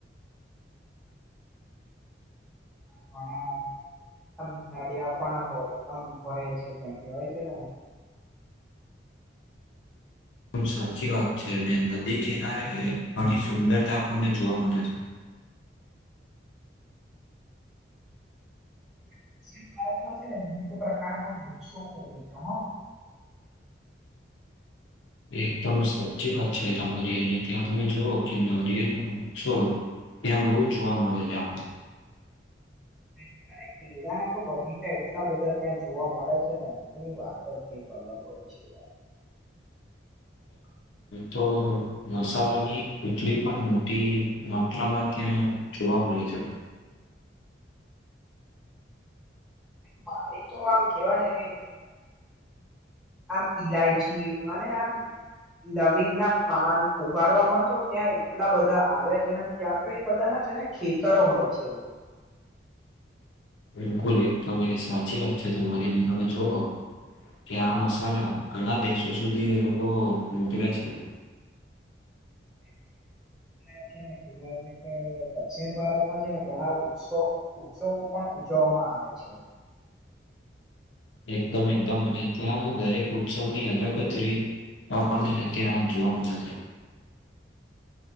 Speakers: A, in the centre; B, on the left.
A: પણણ આમ નળિયા પણ હો આમ વય છે ત્યાં કેહેવાય છે ને
B: સાચી વાત છે અને નદી કિનારે ઘણી સુંદરતા આપણને જોવા મળે છે.
A: <inaudible> દક્ષિણ ભારતમાં છે ને વિવિધ પ્રકારના વૃક્ષો ઉગે છે હ. <unintelligible>
B: એકદમ સાચી વાત છે ધવરિયલ ને ત્યાં તમે જો કે નવરિયર પૂછો ત્યાં બહુ જોવા મળે છે આપણને.
A: <inaudible> કેળા ના તો બગીચા એટલા બધા ત્યાં જોવા મળે છે ને એની વાત જ એક અલગ હોય છે. <inaudible>
B: તો મસાલાની ખેતી પણ મોટી માત્રામાં ત્યાં જોવા મલી છે.
A: મારી તો આમ કેવાય ને કેઈ આમ ઈલાયચી અને આમ લવિંગ ના પાન ઉગાડવાવામાં તો ત્યાં એટલા બધા આવે છે ને ત્યાં તો એ બધા ના છે ને ખેતરો હોય છે.
B: બિલકુલ એક તમે સાચી વાત છે તમારીને તમે જુઓ. કે આ મસાલા ઘણા દેશો સુધી એ લોકો મોકલે છે.
A: <unintelligible> અને છે ને કેહેવાય છે કે દક્ષિણ ભારતમાં છે ને ઘણા ઉત્સવ ઉત્સવ પણ ઉજવવામાં આવે છે.
B: એકદમ એકદમ અને ત્યાં દરેક ઉત્સવની અલગ જ રીત આપણને ત્યાં જોવા મળે છે.
A: <unintelligible>